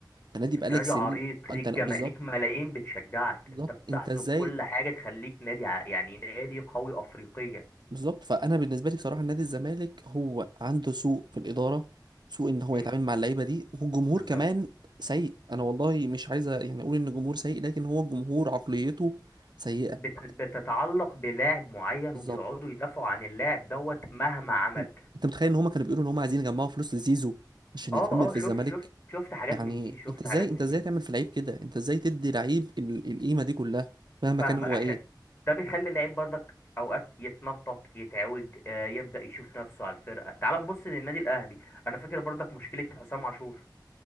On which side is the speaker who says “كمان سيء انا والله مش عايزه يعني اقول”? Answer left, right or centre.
Right